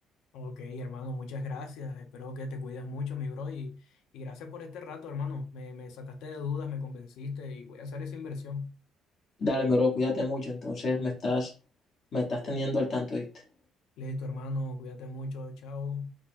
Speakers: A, on the left; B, on the left.
A: Ok, hermano, muchas gracias. Espero que te cuides mucho, mi bro, y, y gracias por este rato, hermano. Me, me sacaste de dudas, me convenciste y voy a hacer esa inversión.
B: Dale, mi bro, cuídate mucho. Entonces me estás, me estás teniendo al tanto, ¿viste?
A: Listo, hermano, cuídate mucho, chao.